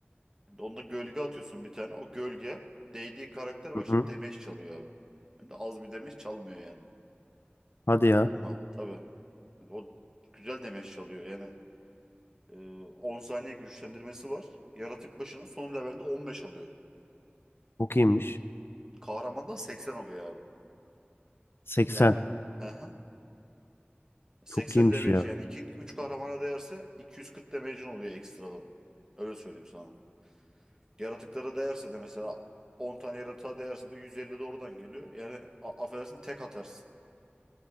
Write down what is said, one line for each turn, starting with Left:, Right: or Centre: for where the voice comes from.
Right: Onda gölge atıyorsun bir tane. O gölge değdiği karakter başına
Left: hı hı.
Right: damage çalıyor abi. Hem de az bir damage çalmıyor yani.
Left: Hadi ya.
Right: Tamam mı? Tabii. Şimdi O güzel damage çalıyor. Yani e, 10 saniye güçlendirmesi var. Yaratık başına son levelde 15 alıyor.
Left: Çok iyiymiş.
Right: kahramandan 80 oluyor abi.
Left: 80.
Right: Yani hı hı. 80
Left: Çok iyiymiş
Right: damage
Left: ya.
Right: yani 2 3 kahramana değerse 240 damage'in oluyor ekstradan. Öyle söyleyeyim sana. Yaratıklara değerse de mesela 10 tane yaratığa değerse de 150 de oradan geliyor. Yani a- affedersin tek atarsın